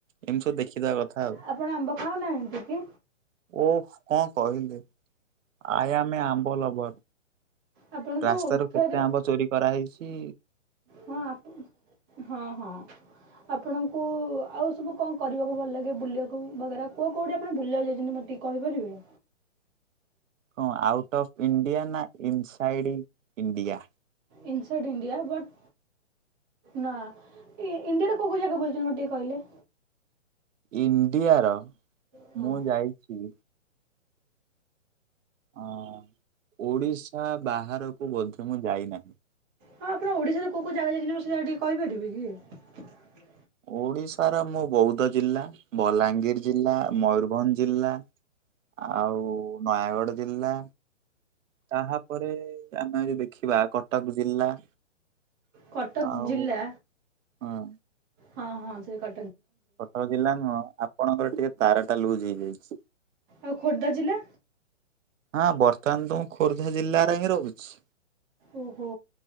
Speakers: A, on the right; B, on the right.
A: ଏମିତି ସବୁ ଦେଖିଦବା କଥା ଆଉ
B: ଆପଣ ଆମ୍ବ ଖାଉନାହାନ୍ତି କି?
A: ଓ କଣ କହିଲି। ଆଇ ଆମ ଏ ଆମ୍ବ ଲଭର।
B: ଆପଣଙ୍କୁ
A: ରାସ୍ତା ରୁ
B: ଫେରେ
A: କେତେ ଆମ୍ବ ଚୋରି କରାହେଇ କି।
B: ହଁ ଆ ହଁ ହଁ ଆପଣଙ୍କୁ ଆଉ ସବୁ କଣ କରିବାକୁ ଭଲ ଲାଗେ ବୁଲିବାକୁ ବ କୁ କୋଉଠି ଆପଣ ବୁଲିବାକୁ ଯାଇତି ମତେ ଟିକେ କହିପାରିବେ।
A: କଣ ଆଉଟ୍ ଅଫ୍ ଇଣ୍ଡିଆ ନା inside India.
B: Inside India but ନା ଇଣ୍ଡିଆରେ କଉଁ କେଉଁ ଜାଗା ବୁଲୁଛନ୍ତି ମୋେ ଟିକେ କହିଲେ।
A: ଇଣ୍ଡିଆର
B: ହଁ
A: ମୁଁ ଯାଇଛି। ଅ ଓଡିଶା ବାହାରକୁ ବୋଧେ ମୁଁ ଯାଇନାହିଁ।
B: ହଁ ଆପଣ ଓଡିଶାରେ କୋଉ କୋଉ ଜାଗା ଯାଇଛନ୍ତି ମୁ ସୋ ଟିକେ କହିପାରିବେ କି।
A: ଓଡିଶାର ମୁଁ ବୌଦ୍ଧ ଜିଲ୍ଲା ବଲାଙ୍ଗୀର ଜିଲ୍ଲା ମୟୂୁରଭଞ୍ଜ ଜିଲ୍ଲା ଆଉ ନୟାଗଡ଼ ଜିଲ୍ଲା ତାପରେ ଆମେ ଯଦି ଦେଖିବା କଟକ ଜିଲ୍ଲା।
B: କଟକ
A: ଆଉ
B: ଜିଲ୍ଲା।
A: ହଁ
B: ହଁ ହଁ ସେ କା
A: କଟକ ଜିଲ୍ଲା ନୁହଁ ଆପଣଙ୍କର ଟିକେ ତାରା ତାଲୁ ଯାଇଛି।
B: ଆଉ ଖୋର୍ଦ୍ଧା ଜିଲ୍ଲା
A: ହ ବର୍ତ୍ତମାନ ତ ମୁଁ ଖୋର୍ଦ୍ଧା ଜିଲ୍ଲାରେ ହିଁ ରହୁଛି।
B: ଓହୋ